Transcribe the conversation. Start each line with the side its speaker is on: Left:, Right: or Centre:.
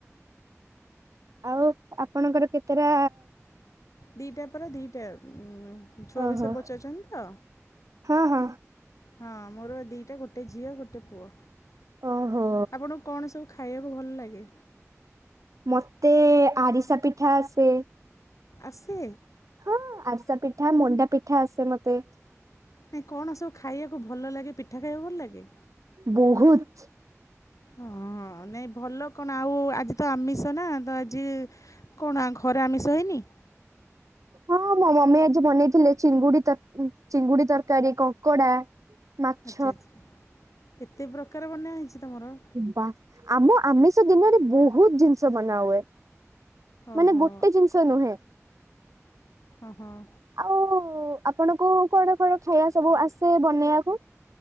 Right: ଆଉ ଆପଣଙ୍କର କେତେରା।
Left: ଦିଟା ପରା ଦିଟା ଛୁଆ
Right: ଓହୋ
Left: ବିଷୟରେ ପଚାରୁଚନ୍ତି ତ?
Right: ହଁ ହଁ
Left: ହଁ ମୋର ଦିଇଟା ଗୋଟେ ଝିଅ ଗୋଟେ ପୁଅ
Right: ଓହୋ
Left: ଆପଣ କଣ ସବୁ ଖା ଖାଇବା କୁ ଭଲ ଲାଗେ।
Right: ମତେ ଆରିସା ପିଠା ଆସେ।
Left: ଆସେ?
Right: ହଁ ଆରିସା ପିଠା ମଣ୍ଡା ପିଠା ଆସେ ମତେ।
Left: ନାଇଁ କଣ ସବୁ ଖାଇବାକୁ ଭଲ ଲାଗେ ପିଠା ଖାଇବାକୁ ଭଲ ଲାଗେ?
Right: ବହୁତ୍ ‌।
Left: ହଁ ଅଁ ନାଇଁ ଭଲ କଣ ଆଉ ଆଜି ତ ଆମିଷ ନା ତ ଆଜି। କଣ ଘରେ ଆମିଷ ହେଇନି?
Right: ହଁ ମୋ ମମି ଆଜି ବନେଇଥିଲେ ଚିଙ୍ଗୁଡି ତ ଚିଙ୍ଗୁଡି ତରକାରୀ କଙ୍କଡା। ମାଛ
Left: ଆଚ୍ଛା ଆଚ୍ଛା ଏତେ ପ୍ରକାର ବନା ହେଇଛି ତୁମର।
Right: ବା ଆମ ଆମିଷ ଦିନରେ ବହୁତ୍ ଜିନିଷ ବନା ହୁଏ। ମାନେ
Left: ଓହୋ
Right: ଗୋଟେ ଜିନିଷ ନୁହେଁ
Left: ହଁ ହଁ
Right: ଆଉ ଆପଣଙ୍କୁ କଣ କଣ ଖାଇବା ସବୁ ଆସେ ବନେଇବାକୁ?